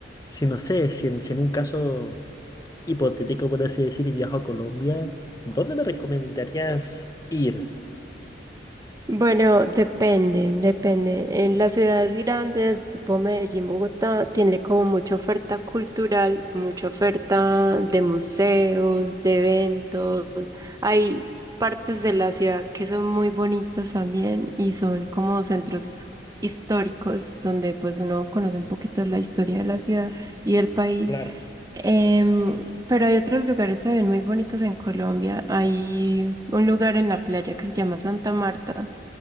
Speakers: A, on the left (about 20°); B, on the right (about 20°).
A: si no sé, si en si en un caso hipotético, por así decir, y viajo a Colombia, ¿dónde me recomendarías ir?
B: Bueno, depende, depende. En las ciudades grandes, tipo Medellín, Bogotá, tiene como mucha oferta cultural, mucha oferta de museos, de eventos. Hay partes de la ciudad que son muy bonitas también y son como centros históricos donde pues uno conoce un poquito la historia de la ciudad y del país.
A: Claro.
B: Em, pero hay otros lugares también muy bonitos en Colombia. Hay un lugar en la playa que se llama Santa Marta